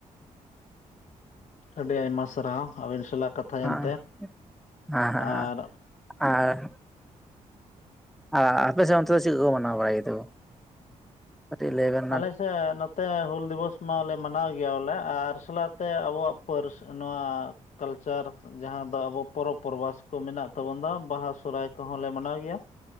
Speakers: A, on the left (about 55°); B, in the centre.
A: ᱟᱹᱰᱤ ᱟᱭᱢᱟ ᱥᱟᱨᱦᱟᱣ ᱟᱹᱵᱤᱱ ᱥᱟᱞᱟᱜ ᱠᱟᱛᱷᱟᱟᱭᱮᱱᱛᱮ
B: ᱦᱮᱸ ᱦᱮᱸ ᱦᱮᱸ
A: ᱟᱨ
B: ᱟᱨ ᱟᱨ ᱟᱯᱮᱮᱥᱮᱫ ᱚᱱᱛᱮ ᱫᱚ ᱪᱮᱫ ᱠᱚ ᱢᱟᱱᱟᱣ ᱵᱟᱲᱟᱭᱚ ᱟᱨᱴ ᱞᱟᱱ
A: ᱟᱞᱮᱮᱥᱮᱫ ᱛᱮ ᱦᱩᱞ ᱫᱤᱵᱚᱥ ᱢᱟᱞᱮ ᱢᱟᱱᱟᱣ ᱜᱮᱭᱟ ᱵᱚᱞᱮ ᱟᱨ ᱥᱟᱞᱟᱜᱛᱮ ᱟᱵᱚᱣᱟᱜ ᱯᱟᱹᱨᱥᱤ ᱱᱚᱣᱟ ᱠᱟᱞᱪᱟᱨ ᱡᱟᱦᱟᱸ ᱫᱚ ᱟᱵᱚ ᱯᱚᱨᱚᱵᱽ ᱯᱚᱨᱵᱷᱟᱥ ᱠᱚ ᱢᱮᱱᱟᱜ ᱛᱟᱵᱚ ᱫᱚ ᱵᱟᱦᱟ ᱥᱚᱦᱨᱟᱭ ᱠᱚᱦᱚᱸᱞ ᱞᱮ ᱢᱟᱱᱟᱣ ᱜᱮᱭᱟ